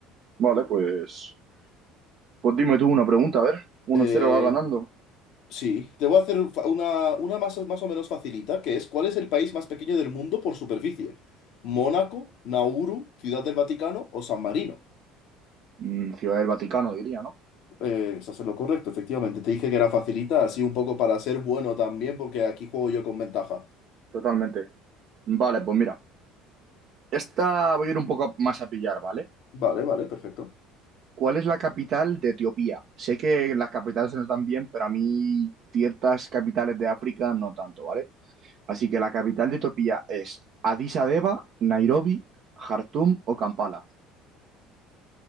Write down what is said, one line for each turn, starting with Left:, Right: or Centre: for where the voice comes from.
Right: Vale, pues. Pues dime tú una pregunta, a ver. Uno
Left: Eh,
Right: cero va ganando.
Left: sí, te voy a hacer fa- una, una más, o- más o menos facilita, que es ¿cuál es el país más pequeño del mundo por superficie? ¿Mónaco, Nauru, Ciudad del Vaticano o San Marino?
Right: Mm, Ciudad del Vaticano, diría, ¿no?
Left: Eh, estás en lo correcto, efectivamente. Te dije que era facilita, así un poco para ser bueno también, porque aquí juego yo con ventaja.
Right: Totalmente. Vale, pues mira, esta voy a ir un poco más a pillar, ¿vale?
Left: Vale, vale, perfecto.
Right: ¿Cuál es la capital de Etiopía? Sé que las capitales se notan bien, pero a mí ciertas capitales de África no tanto, ¿vale? Así que la capital de Etiopía es Addis Abeba, Nairobi, Jartum o Kampala.